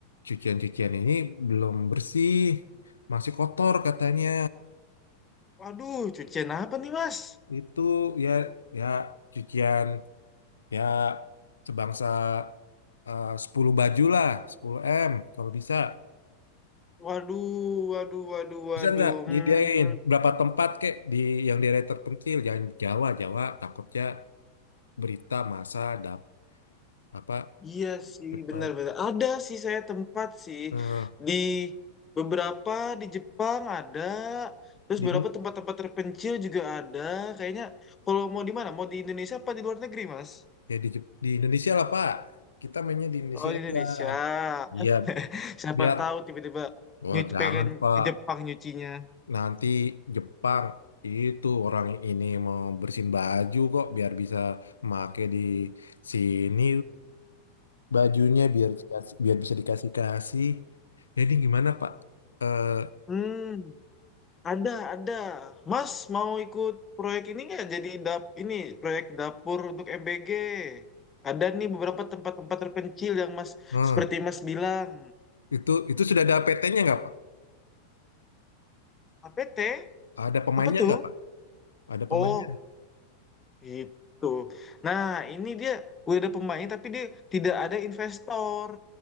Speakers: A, on the left (about 70°); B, on the left (about 20°).
A: cucian-cucian ini belum bersih, masih kotor katanya.
B: Waduh, cucian apa nih Mas?
A: Itu ya ya cucian ya sebangsa eh, 10 baju lah, sepuluh m kalau bisa.
B: Waduh, waduh, waduh, waduh.
A: Bisa nggak
B: Hmm.
A: nyediain berapa tempat kek di yang daerah terpencil? Jangan Jawa, Jawa takutnya berita masa dap apa
B: Iya sih,
A: cepat.
B: benar-benar. Ada sih saya tempat sih
A: Nah,
B: di beberapa di Jepang ada, terus
A: di
B: beberapa tempat-tempat terpencil juga ada. Kayaknya kalau mau di mana? Mau di Indonesia apa di luar negeri, Mas?
A: ya di, Jep- di Indonesia lah Pak. Kita mainnya di Indonesia
B: Oh, di
A: aja.
B: Indonesia.
A: Iya,
B: <laughs> Siapa
A: biar
B: tahu tiba-tiba
A: Wah,
B: nyu-
A: jangan
B: pengen
A: Pak.
B: ke Jepang nyucinya.
A: Nanti Jepang itu orang ini mau bersihin baju kok biar bisa make di sini bajunya biar dikasih, biar bisa dikasih-kasih. Jadi gimana Pak? Eh,
B: Hmm. Ada, ada. Mas mau ikut proyek ini nggak? Jadi dap ini proyek dapur untuk MBG. Ada nih beberapa tempat-tempat terpencil yang Mas
A: nah,
B: seperti Mas bilang.
A: itu itu sudah ada PT-nya nggak Pak?
B: APT?
A: Ada pemainnya
B: Apa tuh?
A: nggak Pak? Ada
B: Oh,
A: pemainnya?
B: itu. Nah, ini dia udah ada pemain tapi dia tidak ada investor.